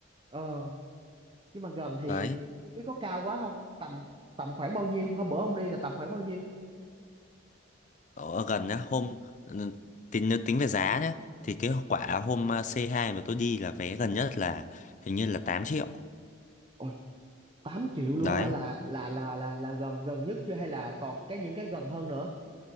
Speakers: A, on the right (about 25°); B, on the left (about 35°).
A: ờ nhưng mà gần thì
B: Đấy,
A: chi phí có cao quá không tầm tầm khoảng bao nhiêu hôm bữa ông đi là tầm khoảng bao nhiêu
B: ở gần nhá, hôm ừ, tính nếu tính về giá nhá, thì cái quả hôm à, C2 mà tôi đi là vé gần nhất là hình như là 8 triệu.
A: Ôi, 8 triệu luôn
B: Đấy.
A: hả là là là là là gần gần nhất chưa hay là còn cái những cái gần hơn nữa